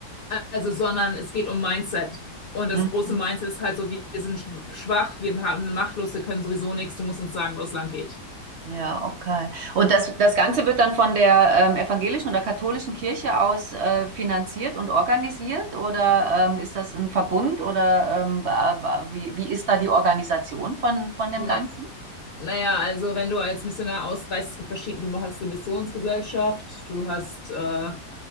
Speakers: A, on the left; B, on the right.
A: also sondern es geht um Mindset. Und das
B: Mhm.
A: große Mindset ist halt so, wir sind schwach, wir haben, sind machtlos, wir können sowieso nichts, du musst uns sagen, wo es lang geht.
B: Ja, okay. Und das, das Ganze wird dann von der ähm, evangelischen oder katholischen Kirche aus äh, finanziert und organisiert? Oder ähm, ist das ein Verbund? Oder ähm, ba- ba- wie, wie ist da die Organisation von, von dem
A: Na,
B: Ganzen?
A: naja, also wenn du als Missionar ausreist, es gibt verschiedene, du hast eine Missionsgesellschaft, du hast äh,